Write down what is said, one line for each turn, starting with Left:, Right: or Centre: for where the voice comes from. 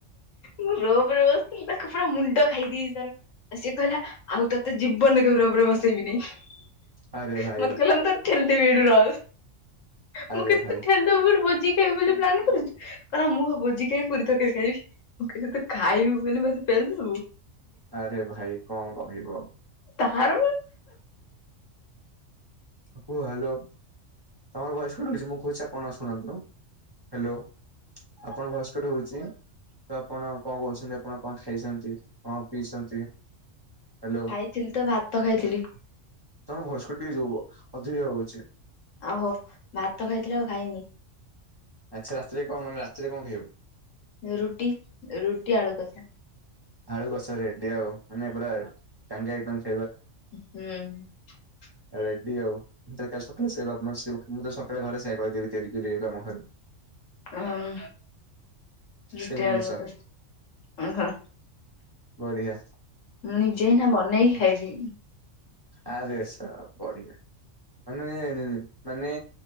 Left: ମୁଁ ରୋବରେ ବସିଥିଲି ତାକୁ ପୁରା ମୁଣ୍ଡ ଖାଇଦିଏ। ତ ସେ କହିଲା ଆଉ ତୋତେ ଜୀବନ କେଭ ରୋବରେ ବସେଇବିନି। ମତେ
Right: ଆରେ ଭାଇ
Left: କହିଲା ମୁଁ ତତେ ଠେଲି ଦେବି ଏ ର ମୁଁ
Right: ଆରେ
Left: କହିଲି
Right: ଭାଇ
Left: ତୁ ଠେଲି ଦବୁ ଗୋଟେ ଭୋଜି ବୋଲି ପ୍ଲାନ୍ କରୁଛୁ କହିଲା ମୁଁ ଭୋଜି ଖାଇ ପୁରୀ ତରକାରି ଖାଇବି। ମୁଁ କହିଲି ତୁ ଖାଇବୁ ବୋଲି ମତେ ପେଲିଦେବୁ।
Right: ଆରେ ଭାଇ କଣ କହିବ ଆଉ।
Left: ତାହାରୁ
Right: ଓ ହ୍ୟାଲୋ ତମର ଭଏସ୍ କଟୁଛି। ହଉଛି ମୁଁ କହୁଛି ଆପଣ ଶୁଣନ୍ତୁ। ହ୍ୟାଲୋ ଆପଣ ଭଏସ କଟ୍ ହଉଛି। ତ ଆପଣ କଣ କହୁଛନ୍ତି ଆପଣ କଣ ଖାଇଛନ୍ତି। ହଁ ପିସନ୍ତି। ହ୍ୟାଲୋ
Left: ଖାଇଥିଲି ତ ଭାତ
Right: <inaudible>
Left: ଖାଇଥିଲି
Right: ତମର ଭଏସ୍ କଟି ଯିବ। ଅଧୁର ହଉଛି।
Left: ଆଉ ହୋ ଭାତ ଖାଇଥିଲେ ଆଉ ଖାଇନି।
Right: ଆଚ୍ଛା ରାତିରେ କଣ ମାନେ ରାତିରେ କଣ ଖାଇବ। <inaudible>
Left: ରୁଟି ରୁଟି ଆଳୁ କଷା।
Right: ଆଳୁ ଗଛ ରେଡି ଆଉ ମାନେ ପୁରା <unintelligible>
Left: ହୁଁ।
Right: ରେଡ୍ଡି ଆଉ। <unintelligible> ମୁଁ ତ ସକାଳେ ଘରେ ସେୟା କହିଦେବି ତିଆରି କରି ଆମ ଘରେ।
Left: ହଁ <unintelligible>
Right: ସେମ ଜିନିଷ।
Left: ଓହୋ।
Right: ବଢିଆ।
Left: ମୁଁ ନିଜେ ନା ବନେଇ ଖାଇବି।
Right: ଆରେ ସବ ବଢିଆ ମାନେ ମାନେ